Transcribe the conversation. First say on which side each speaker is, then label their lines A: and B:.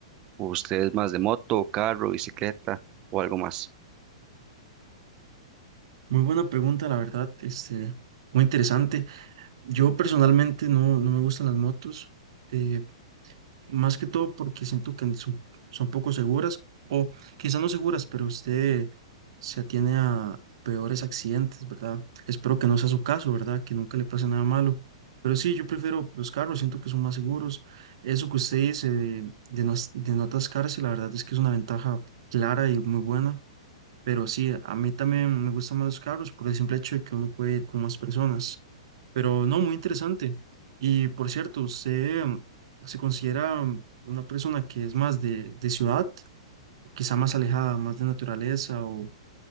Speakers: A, on the right; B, on the right.
A: ¿Usted es más de moto, carro, bicicleta o algo más?
B: Muy buena pregunta, la verdad, este, muy interesante. Yo personalmente no, no me gustan las motos, eh, más que todo porque siento que son, son poco seguras, o quizás no seguras, pero usted se atiene a peores accidentes, ¿verdad? Espero que no sea su caso, ¿verdad? Que nunca le pase nada malo. Pero sí, yo prefiero los carros, siento que son más seguros. Eso que usted dice de, de no, as- de no atascarse, la verdad es que es una ventaja clara y muy buena. Pero sí, a mí también me gustan más los carros por el simple hecho de que uno puede ir con más personas. Pero no, muy interesante. Y por cierto, ¿usted mm, se considera mm, una persona que es más de, de ciudad, quizá más alejada, más de naturaleza o